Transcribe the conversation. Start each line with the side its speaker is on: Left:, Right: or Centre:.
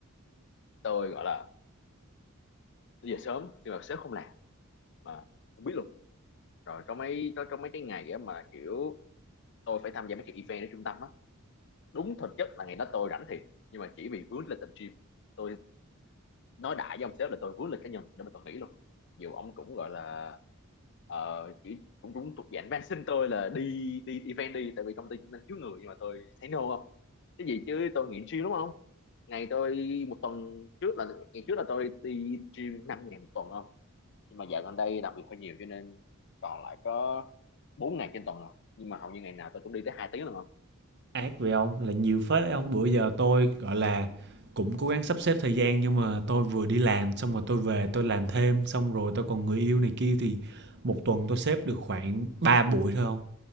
Left: tôi gọi là đi về sớm nhưng mà sếp không làm mà không biết luôn rồi có mấy có, có mấy cái ngày á mà kiểu tôi phải tham gia mấy cái event ở trung tâm á đúng thực chất là ngày đó tôi rảnh thiệt nhưng mà chỉ vì vướng lịch tập gym tôi nói đại với ông sếp là tôi vướng lịch cá nhân để mà tôi nghỉ luôn dù ông cũng gọi là ờ, chỉ cũng cũng thuộc dạng van xin tôi là đi đi event đi tại vì công ty cũng đang thiếu người nhưng mà tôi thấy no không cái gì chứ tôi nghiện gym đúng không ngày tôi một tuần trước là ngày trước là tôi đi gym 5 ngày một tuần không nhưng mà dạo gần đây làm việc hơi nhiều cho nên còn lại có bốn ngày trên tuần rồi nhưng mà hầu như ngày nào tôi cũng đi tới hai tiếng rồi không
Right: Ác vậy ông? Là nhiều phết đấy ông. Bữa giờ tôi gọi là cũng cố gắng sắp xếp thời gian nhưng mà tôi vừa đi làm xong rồi tôi về tôi làm thêm xong rồi tôi còn người yêu này kia thì một tuần tôi xếp được khoảng 3 buổi thôi không?